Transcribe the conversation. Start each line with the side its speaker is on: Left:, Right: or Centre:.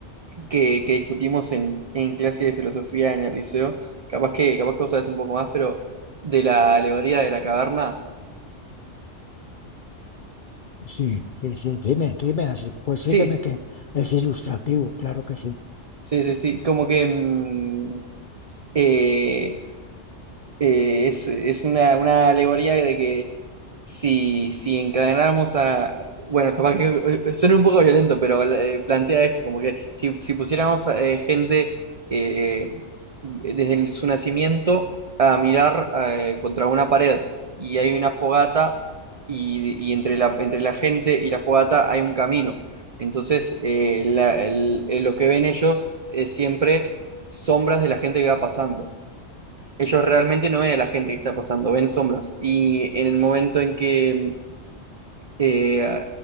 Right: que, que discutimos en, en clase de filosofía en el liceo. Capaz que, capaz que vos sabés un poco más, pero de la alegoría de la caverna.
Left: Sí, sí, sí, dime, dime así. Pues sígueme
Right: Sí,
Left: que es ilustrativo, claro que sí.
Right: Sí, sí, sí, como que mm, eh, eh, es, es una, una alegoría de que si, si encadenáramos a... Bueno, capaz que eh, suena un poco violento, pero eh, plantea esto, como que si, si pusiéramos eh, gente eh, desde el- su nacimiento a mirar eh, contra una pared y hay una fogata y, y entre la, entre la gente y la fogata hay un camino. Entonces, eh, la- el- eh, lo que ven ellos es siempre sombras de la gente que va pasando ellos realmente no ven a la gente que está pasando, ven sombras. Y en el momento en que eh,